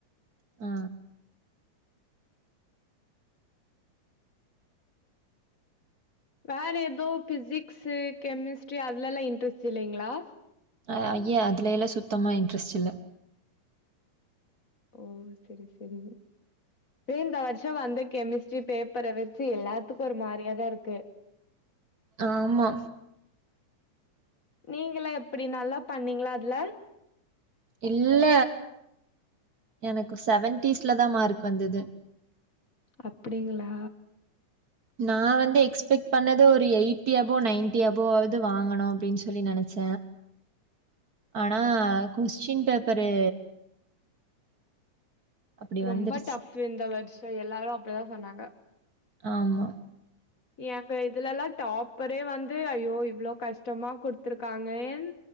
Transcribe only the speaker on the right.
ஆ
ஆ அய்ய அதுல எல்லா சுத்தமா இன்ரெஸ்ட் இல்ல
ஆமா
இல்ல எனக்கு செவன்டீஸ்ல தா மார்க் வந்தது
நா வந்து எக்ஸ்பெட் பண்ணது ஒரு எயிட்டி யபோ நைன்டி யபோவது வாங்கணு அப்டின் செல்லி நனச்ச ஆனா கொஸ்டின் பேப்பரு அப்டி
வந்துருச்சு
ஆமா